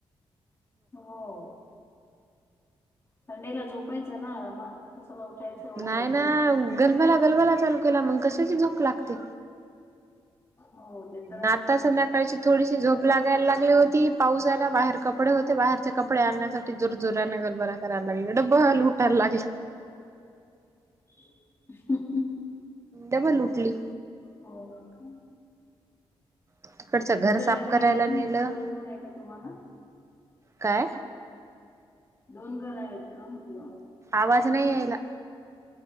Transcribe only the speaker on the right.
नाही
ना गलबला गलबला चालू केला मग कशाची झोप लागते
ना
आता
संध्याकाळची थोडीशी झोप लागाय लागली होती पाऊस आला बाहेर कपडे होते बाहेरचे कपडे आणण्यासाठी जोरजोराने गलबला डबं लूटाय लागल
डबल उटली.
तिकडचं घर
साफ
करायला
नेलं.
काय?
आवाज नाय यायला.